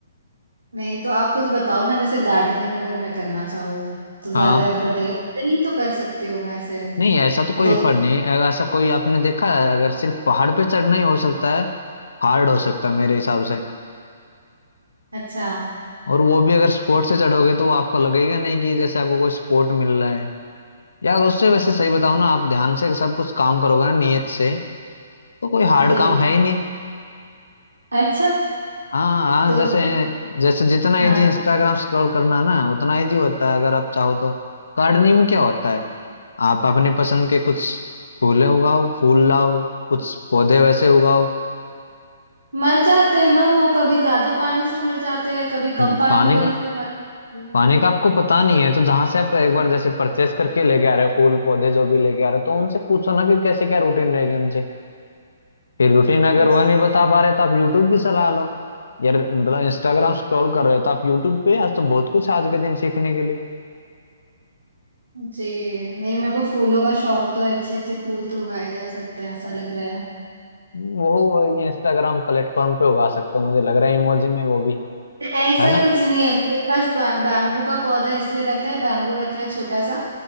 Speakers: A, on the right; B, on the left.
A: नहीं तो आप कुछ बताओ ना जैसे गार्डनिंग अगर मैं करना चाहूँ तो ज्यादा
B: हाँ
A: एफर्ट है गार्डनिंग तो कर सकती हूँ मैं ऐसे
B: नहीं ऐसा तो कोई
A: दो
B: फर्क नहीं है अगर ऐसा कोई आपने देखा है अगर सिर्फ पहाड़ पे चढ़ना ही हो सकता है हार्ड हो सकता है मेरे हिसाब से
A: अच्छा
B: और वो भी अगर स्पोर्ट से चढ़ोगे तो वो आपको लगेगा नहीं कि जैसे आपको कोई स्पोर्ट मिल रहा है या अगर उससे वैसे सही बताओ ना आप ध्यान से सब कुछ काम करोगे ना नियत से तो कोई हार्ड
A: जी
B: काम है ही नहीं
A: अच्छा
B: हाँ हाँ
A: तो
B: जैसे
A: फिर-
B: जैसे जितना
A: हाँ
B: इजी इंस्टाग्राम स्क्रॉल करना ना उतना इजी होता है अगर आप चाहो तो गार्डनिंग में क्या होता है आप अपनी पसंद के कुछ फूले उगाओ फूल लाओ कुछ पौधे वैसे उगाओ
A: मर जाते हैं ना वो कभी ज्यादा पानी से मर जाते हैं कभी
B: हम्म
A: कम पानी
B: पानी
A: की वजह
B: का
A: से मर जाते हैं
B: पानी का आपको पता नहीं है तो जहां से आप एक बार जैसे परचेस करके लेके आ रहे हो फूल पौधे जो भी लेके आ रहे हो तो उनसे पूछो ना कि कैसे क्या रूटीन रहेगी उनसे फिर रूटीन अगर
A: अच्छा
B: वह नहीं बता पा रहे तो आप यूट्यूब की सलाह लो यार मतलब इंस्टाग्राम स्क्रॉल कर रहे हो तो आप यूट्यूब पे आज तो बहुत कुछ आज के दिन सीखने के लिए
A: जी नहीं मेरे को फूलों का शौक तो है अच्छे अच्छे फूल तो उगाए जा सकते हैं ऐसा लग रहा
B: वो इंस्टाग्राम प्लेटफॉर्म पे उगा सकते हो मुझे लग रहा है इमोजी में वो भी
A: ऐसा
B: है ना
A: कुछ नहीं है मेरे पास बा- बैम्बू का पौधा इसलिए रखा है बैम्बू रखा है छोटा सा